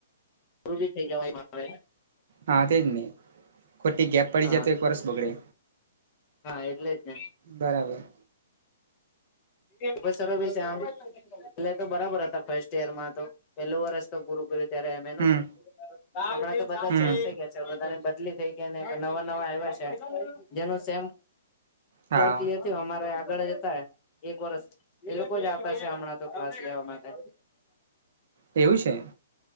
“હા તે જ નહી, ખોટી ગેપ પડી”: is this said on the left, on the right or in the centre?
Right